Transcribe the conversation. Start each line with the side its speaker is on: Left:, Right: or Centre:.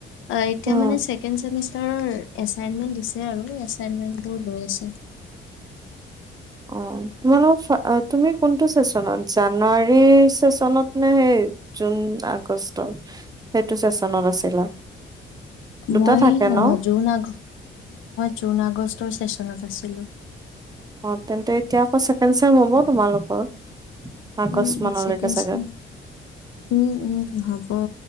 Left: অ এতিয়া
Right: উম
Left: মানে ছেকেণ্ড চেমিষ্ট- টাৰৰৰ এছাইনমেণ্ট দিছে আৰু এছাইনমেন্টবোৰ লৈ আছে।
Right: অ তোমালোক ফা তুমি কোনটো চেচনত জানুৱাৰী চেচনত নে সেই জুন আগষ্টৰ সেইটো চেচনত আছিলা? দুটা
Left: মই
Right: থাকে ন
Left: জুন আগ জুন আগষ্টৰ চেচনত আ- ছিলো
Right: অ তেন্তে এতিয়া আকৌ ছেকেণ্ড চেম হ'ব তোমালোকৰ আগষ্ট
Left: উম
Right: মানলৈকে
Left: চেকেণ্ড
Right: চাগে
Left: চেম উম উম হ'ব